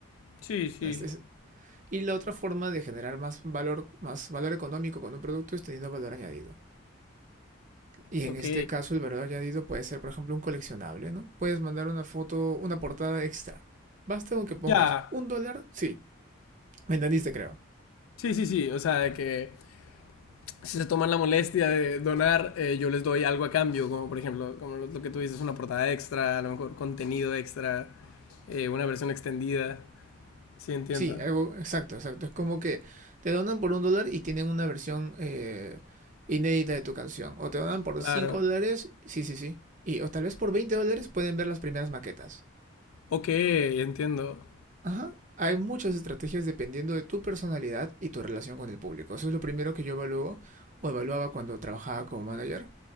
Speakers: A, on the left; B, on the right.
A: sí, sí,
B: Es- es- Y la otra forma de generar más valor, más valor económico con un producto es teniendo valor añadido. Y en
A: ok.
B: este caso el valor añadido puede ser, por ejemplo, un coleccionable, ¿no? Puedes mandar una foto, una portada extra. Basta con que pongas
A: Ya,
B: un dólar, sí, me entendiste creo.
A: sí, sí, sí, o sea, de que si se toman la molestia de donar, eh, yo les doy algo a cambio, como por ejemplo, como lo, lo que tú dices, una portada extra, a lo mejor contenido extra, eh, una versión extendida. Sí, entiendo,
B: Sí, algo exacto, exacto. Es como que te donan por un dólar y tienen una versión eh, inédita de tu canción. O te donan por
A: claro.
B: 5 dólares, sí, sí, sí. Y, o tal vez por 20 dólares pueden ver las primeras maquetas.
A: Ok, entiendo.
B: Ajá. Hay muchas estrategias dependiendo de tu personalidad y tu relación con el público. Eso es lo primero que yo evalúo o evaluaba cuando trabajaba como manager.